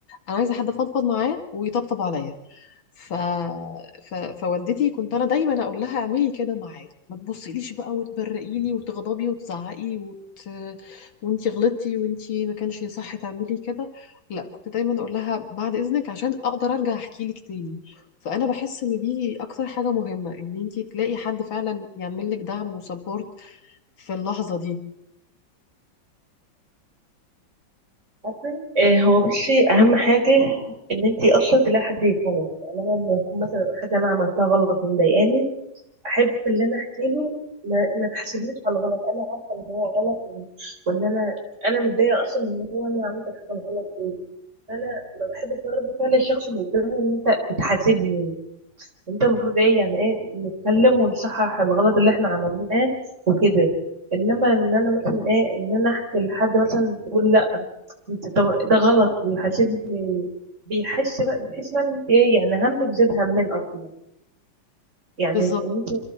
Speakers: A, on the left; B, on the right.
A: انا عايزه حد افضفض معاه ويطبطب عليا ف... ف... فوالدتي كنت انا دايما اقول لها اعملي كده معايا ما تبصيليش بقى وتبرقي لي وتغضبي وتزعقي وت... وانتي غلطتي وانتي ما كانش يصح تعملي كده لا كنت دايما اقول لها بعد اذنك عشان اقدر ارجع احكي لك تاني فانا بحس ان دي اكتر حاجة مهمة ان انتي تلاقي حد فعلا يعمل لك دعم وسبورت في اللحظة دي
B: عارفه آه، هو بصي اهم حاجة ان انتي اصلا تلاقي حد يفهمك يعني انا لما يكون مثلا حاجة انا عملتها غلط ومضايقاني احب اللي انا احكي له ما, ما تحاسبنيش على الغلط انا عارفة ان هو غلط وان وإن انا انا متضايقة اصلا ان هو انا عملت الحاجة الغلط دي فانا ما بحبش بقى رد فعل الشخص اللي قدامي ان انت بتحاسبني انت المفروض ايه يعني ايه نتكلم ونصحح الغلط اللي احنا عملناه وكده انما ان انا مثلا ايه ان انا احكي لحد مثلا يقول لا انت طب ده غلط ويحاسبني بيحس بقى بتحس بقى ان انت ايه يعني همك زاد همين اصلا يعني
A: بالظبط
B: ان انت